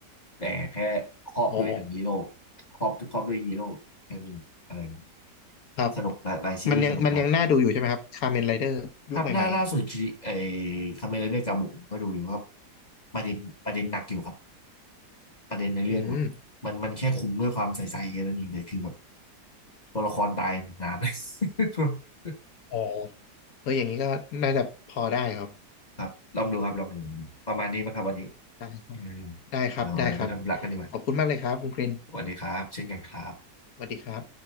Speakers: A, on the left (about 25°); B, on the left (about 60°).
A: แต่แค่ครอบด้วยหนังฮีโร่
B: อ๋อ
A: ครอบครอบด้วยฮีโร่แค่นี้อะไรอย่างเงี้ย
B: ครับ
A: สนุกหลายหลายซีรีส์สนุกมาก
B: มันยังมันยังน่าดูอยู่ใช่ไหมครับคา m เมนไรเดอร์ยุคใหม่ๆอะ
A: ครับล่าล่าสุดที่ไอ้คอมเมนเรื่องกาบุก็ดูอยู่ครับประเด็นประเด็นหนักอยู่ครับประเด็นในเรื่องแบบมันมันแค่คุมด้วยความใส่ใจแค่นั้นเองแต่คือแบบ
B: อืม
A: ตัวละครตายเป็นน้ำ <laughs> เลย <laughs>
B: อ๋อเฮ้ยอย่างนี้ก็น่าจะพอได้ครับ
A: ครับลองดูครับลองดูประมาณนี้มั้งครับวันนี้
B: ได้ครับ
A: อืม
B: ได้ครับได้ครับ
A: เดี๋ยวเราไปทำธุระกันดีกว่า
B: ขอบคุณมากเลยครับคุณกริน
A: สวัสดีครับเช่นกันครับ
B: สวัสดีครับ